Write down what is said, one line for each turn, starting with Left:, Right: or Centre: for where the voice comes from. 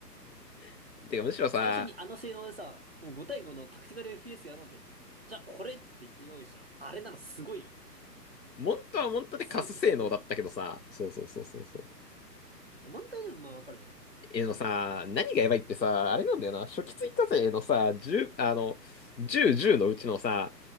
Left: <laughs> てか、むしろさ、
Right: 最初にあの性能でさ、もう5対5のタクティカル FPS やろうぜって。じゃあこれって言って用意したの。あれなのすごいよね。
Left: モントはモントでカス性能だったけどさ、
Right: センス光ってると思う。
Left: そうそうそうそうそう。
Right: でモンターニュもまあわかるじゃん、多分。
Left: えのさ、
Right: 縦で攻めるけど。
Left: 何がやばいってさ、あれなんだよな、初期追加税のさ、10、
Right: うん
Left: あの、10、じゅうのうちのさ、